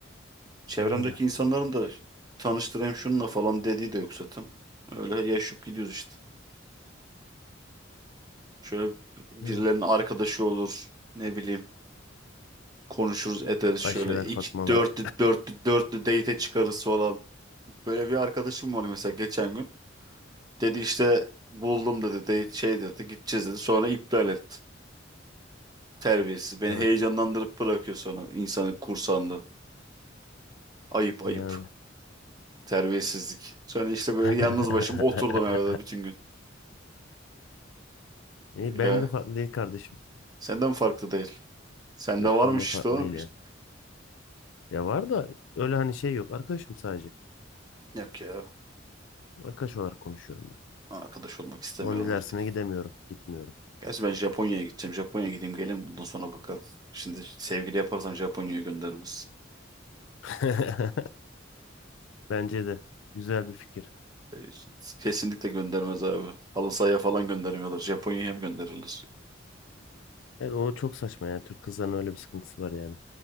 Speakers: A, on the right (about 20°); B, on the left (about 80°).
A: Çevremdeki
B: Öyle.
A: insanların da tanıştırayım şununla falan dediği de yok zaten. Öyle yaşayıp gidiyoruz işte. Şöyle birilerinin
B: Değil mi?
A: arkadaşı olur. Ne bileyim konuşuruz ederiz
B: Ayşeler,
A: şöyle. iki,
B: Fatmalar.
A: dörtlü dörtlü dörtlü date çıkarız falan. Böyle bir arkadaşım var mesela geçen gün. Dedi işte buldum dedi date şey dedi gideceğiz dedi. Sonra iptal etti. Terbiyesiz. Beni
B: Evet.
A: heyecanlandırıp bırakıyor sonra insanı kursağında. Ayıp ayıp.
B: Yani.
A: Terbiyesizlik. Sonra işte böyle
B: <laughs>
A: yalnız başım oturdum evde bütün gün.
B: İyi,
A: Ya.
B: benim de farklı değil kardeşim.
A: Senden farklı değil. Sende
B: Yok
A: varmış
B: benim de farklı
A: işte o.
B: değil
A: Biz-
B: yani. Ya var da öyle hani şey yok. Arkadaşım sadece.
A: Yok ya.
B: Arkadaş olarak konuşuyorum ben.
A: Arkadaş olmak istemiyorum
B: Onun ilerisine
A: artık.
B: gidemiyorum. Gitmiyorum.
A: Gerçi ben Japonya'ya gideceğim. Japonya'ya gideyim geleyim. Bundan sonra bakalım. Şimdi sevgili yaparsam Japonya'ya göndermez.
B: <laughs> Bence de. Güzel bir fikir.
A: Ee, Kesinlikle göndermez abi. Halı sahaya falan göndermiyorlar. Japonya'ya hem gönderirler.
B: Evet, o çok saçma ya. Türk kızların öyle bir sıkıntısı var yani.